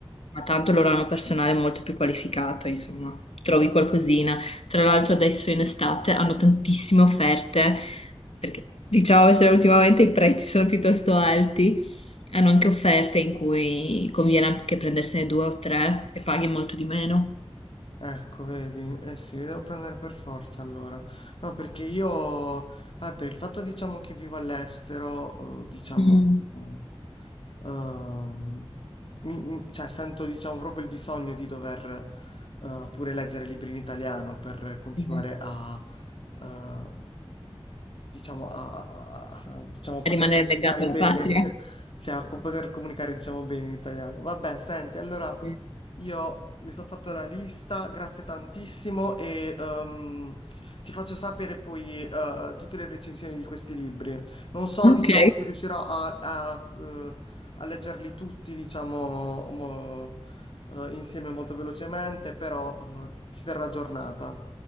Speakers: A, on the left (about 75°); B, on the left (about 60°).
A: Ma tanto loro hanno personale molto più qualificato, insomma, trovi qualcosina. Tra l'altro adesso in estate hanno tantissime offerte, perché diciamo se ultimamente i prezzi sono piuttosto alti, hanno anche offerte in cui conviene anche prendersene due o tre e paghi molto di meno.
B: Ecco, vedi, eh sì, li devo prendere per forza allora. No, perché io, eh, per il fatto diciamo che vivo all'estero, eh, diciamo,
A: Mm,
B: mm, ehm, mi- mi- cioè sento diciamo proprio il bisogno di dover eh, pure leggere libri in italiano per continuare
A: sì.
B: a, eh, diciamo, a, a- a- diciamo, poter
A: E rimanere
B: comunicare
A: legato alla
B: bene,
A: patria.
B: <laughs> sì, a co- poter comunicare diciamo bene in italiano. Vabbè, senti, allora...
A: Sì.
B: Io mi sono fatto una lista, grazie tantissimo e ehm, ti faccio sapere poi eh, tutte le recensioni di questi libri. Non so,
A: Ok,
B: diciamo, se riuscirò a, a, eh, a leggerli tutti, diciamo, mo- eh, insieme molto velocemente, però eh, ti terrò aggiornata.